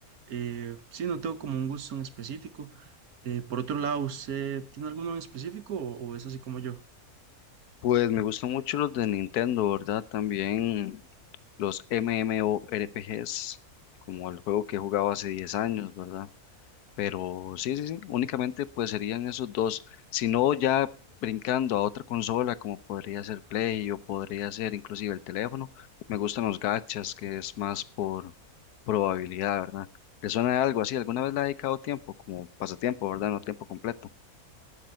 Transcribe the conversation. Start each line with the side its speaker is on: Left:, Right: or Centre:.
Right: Eh, sí, no tengo como un gusto en específico. Eh, por otro lado, ¿usted tiene alguno en específico o, o es así como yo?
Left: Pues me gustan mucho los de Nintendo, ¿verdad? También los MMORPGs, como el juego que he jugado hace 10 años, ¿verdad? Pero sí, sí, sí, únicamente pues serían esos dos. Si no, ya brincando a otra consola, como podría ser Play o podría ser inclusive el teléfono, me gustan los gachas, que es más por probabilidad, ¿verdad? ¿Le suena algo así? ¿Alguna vez le ha dedicado tiempo, como pasatiempo, ¿verdad? No tiempo completo.